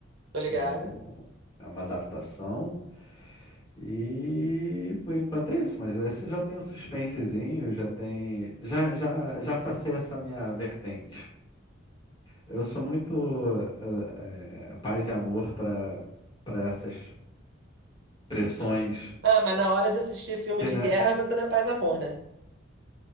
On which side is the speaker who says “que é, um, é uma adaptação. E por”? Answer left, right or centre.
Left